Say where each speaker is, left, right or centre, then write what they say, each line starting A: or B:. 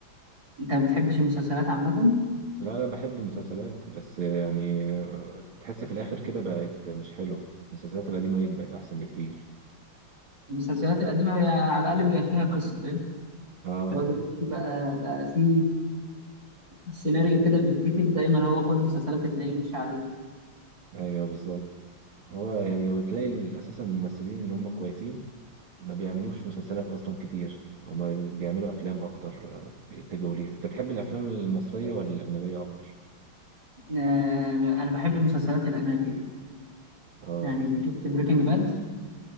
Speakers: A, on the right; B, on the right.
A: انت ما بتحبش المسلسلات عامة
B: لا لا بحب المسلسلات بس يعني آه، تحس في الاخر كده بقت مش حلوه المسلسلات القديمه هي اللي بقت احسن بكتير
A: المسلسلات القديمة هي على الأقل بيبقى فيها قصة فاهم
B: اه
A: الواد بقى بقى في سيناريو كده بيتكتب دايما هو كل المسلسلات بتلاقيه مش عارف
B: ايوه بالظبط هو يعني وتلاقي اساسا الممثلين اللي هم كويسين ما بيعملوش مسلسلات اصلا كتير هم بيعملوا افلام اكتر آه، بيتجهوا ليها انت بتحب الافلام المصريه ولا الاجنبيه اكتر
A: آه، انا بحب المسلسلات الاجنبيه
B: اه
A: يعني شفت بريكنج باد